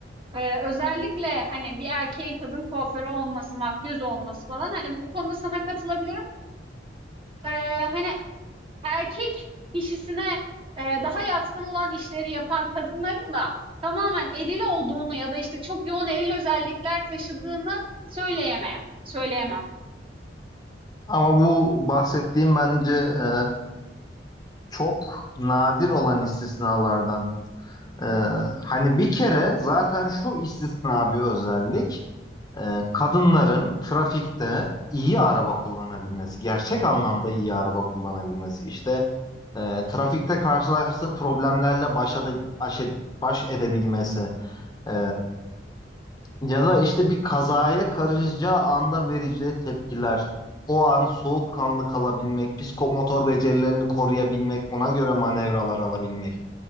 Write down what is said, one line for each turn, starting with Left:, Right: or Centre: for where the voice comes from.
Right: Eee, özellikle, hani, bir erkeğin kadın kuaförü olması, makyöz olması falan, hani, bu konuda sana katılabilirim. Eee, hani, erkek kişisine, eee, daha yatkın olan işleri yapan kadınların da tamamen eril olduğunu ya da, işte, çok yoğun eril özellikler taşıdığını söyleyemem söyleyemem.
Left: Ama bu bahsettiğim bence e, çok nadir olan istisnalardan. Ee, hani bir kere zaten şu istisna bir özellik e, kadınların trafikte iyi araba kullanabilmesi, gerçek anlamda iyi araba kullanabilmesi. işte e, trafikte karşılaştığı problemlerle baş, ede- aş- baş edebilmesi E, ya da işte bir kazaya karışacağı anda vereceği tepkiler. O an soğukkanlı kalabilmek, psikomotor becerilerini koruyabilmek, ona göre manevralar alabilmek.